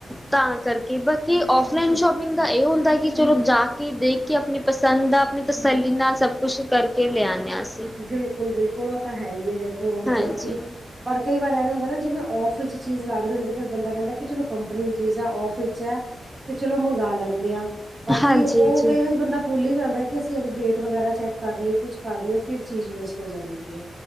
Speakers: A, in the centre; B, on the right (about 20°).
A: ਤਾਂ ਕਰਕੇ ਬਾਕੀ ਔਫਲਾਈਨ ਸ਼ੋਪਿੰਗ ਦਾ ਇਹ ਹੁੰਦਾ ਕਿ ਚਲੋ ਜਾ ਕੇ ਦੇਖ ਕੇ ਆਪਣੀ ਪਸੰਦ ਦਾ ਆਪਣੀ ਤਸੱਲੀ ਨਾਲ ਸਭ ਕੁਛ ਕਰਕੇ ਲੈ ਆਨੇ ਆਂ ਅਸੀਂ।
B: ਬਿਲਕੁਲ ਬਿਲਕੁਲ ਉਹ ਤਾਂ ਹੈ ਹੀ ਹੈ ਦੇਖੋ ਮਤਲਬ
A: ਹਾਂਜੀ
B: ਕਿ ਪਰ ਕਈ ਬਾਰੇ ਹੁੰ ਨਾ ਜਿਵੇਂ ਔਫ ਵਿੱਚ ਚੀਜ਼ ਲੱਗ ਰ ਹੁੰਦੇ ਫਿਰ ਬਦਾ ਕਹਿੰਦਾ ਕਿ ਚਲੋ ਕੰਪਨੀ ਦੀ ਚੀਜ਼ ਹੈ ਓਫ ਵਿੱਚ ਹੈ ਤੇ ਚਲੋ ਮੰਗਾ ਲੈਂਦੇ ਆ ਬਾਕੀ
A: ਹਾਂਜੀ
B: ਉਹ
A: ਜੀ
B: ਕਈ ਵਾਰੀ ਬੰਦਾ। ਭੁੱਲ ਹੀ ਜਾਂਦਾ ਕਿ ਅਸੀਂ ਇਹਦੀ ਡੇਟ ਵਗੈਰਾ ਚੈੱਕ ਕਰ ਲਈਏ ਕੁਛ ਕਰ ਲਈਏ ਫਿਰ ਚੀਜ਼ ਵੇਸਟ ਹੋ ਜਾਂਦੀ ਹੈ।